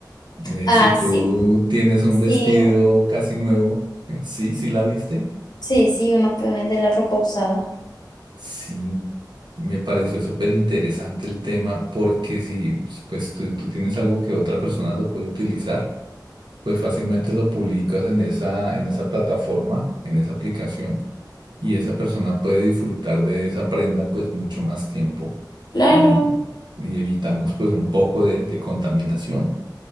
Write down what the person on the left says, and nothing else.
Ah,
sí.
Sí,
o-
sí, sí, uno puede vender la ropa usada.
Claro.